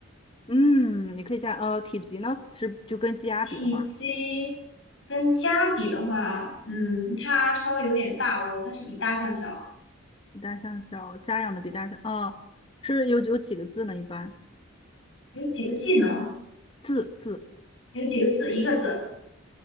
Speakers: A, on the left; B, on the left.
A: 嗯，你可以加，呃，体积呢是就跟鸡鸭比的话，
B: 体积跟家比的话，嗯，它稍微有点大哦，但是比大象小。
A: 比大象小，家养的比大象，呃，是有有几个字呢？一般
B: 有几个技能？
A: 字字
B: 有几个字，一个字，